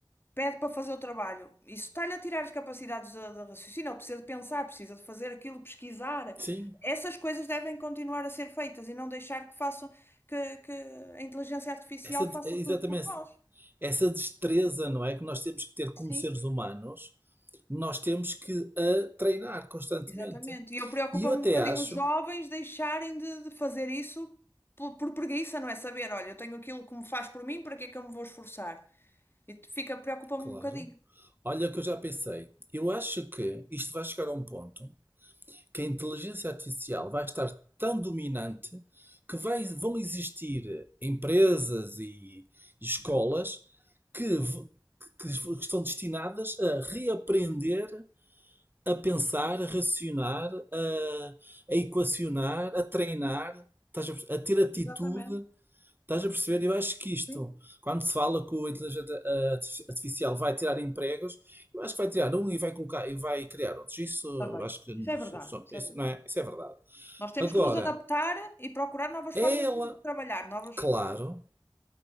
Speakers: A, on the left; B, on the right.
A: pede para fazer o trabalho. Isso está-lhe a tirar as capacidades de, de raciocínio, ele precisa de pensar, precisa de fazer aquilo, pesquisar.
B: sim,
A: Essas coisas devem continuar a ser feitas e não deixar que façam, que, que a inteligência artificial
B: essa,
A: faça
B: é exatamente
A: tudo por nós.
B: essa, essa destreza, não é? Que nós temos que ter como
A: Sim.
B: seres humanos, nós temos que a treinar constantemente.
A: Exatamente. E eu preocupo-me
B: E eu até
A: um bocadinho
B: acho,
A: os jovens deixarem de, de fazer isso por, por preguiça, não é? Saber, olha, eu tenho aquilo que me faz por mim, para que é que eu me vou esforçar? E te- fica, preocupa-me
B: claro,
A: um bocadinho.
B: olha o que eu já pensei, eu acho que isto vai chegar a um ponto que a inteligência artificial vai estar tão dominante que vai- vão existir empresas e escolas que, que estão destinadas a reaprender a pensar, a racionar, a, a equacionar, a treinar, a ter atitude
A: Exatamente.
B: Estás a perceber? Eu acho que isto,
A: Sim,
B: quando se fala que o inteligência ah, artificial vai tirar empregos, eu acho que vai tirar um e vai colocar e vai criar outros. Isso
A: também.
B: acho que
A: Isso é verdade,
B: só- só-
A: isso
B: isso
A: é verdade.
B: não é, isso é verdade.
A: Nós temos
B: Agora,
A: que nos adaptar e procurar novas
B: é
A: formas
B: ela,
A: de trabalhar, novas.
B: claro,